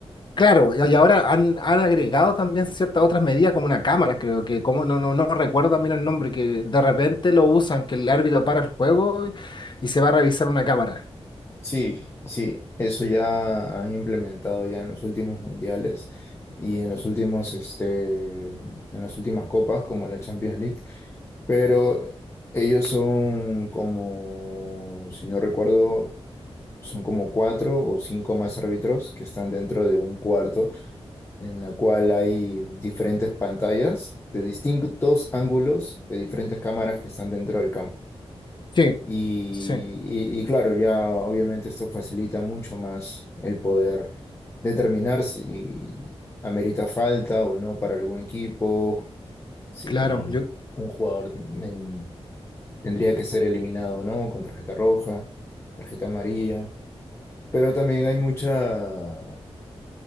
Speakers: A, on the left; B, on the left.
A: Claro, y y ahora han, han agregado también ciertas otras medidas, como una cámara, creo que, como no, no, no recuerdo también el nombre, que de repente lo usan, que el árbitro para el juego y, y se va a revisar una cámara.
B: Sí, sí, eso ya han implementado ya en los últimos mundiales y en los últimos, este, en las últimas copas, como la Champions League. Pero ellos son como, si no recuerdo, son como cuatro o cinco más árbitros que están dentro de un cuarto en la cual hay diferentes pantallas de distintos ángulos de diferentes cámaras que están dentro del campo.
A: Sí,
B: Y,
A: sí,
B: y- y claro, ya obviamente esto facilita mucho más el poder determinar si amerita falta o no para algún equipo, si
A: claro. Yo,
B: un jugador... em, tendría que ser eliminado, ¿no? Con tarjeta roja, tarjeta amarilla. Pero también hay mucha,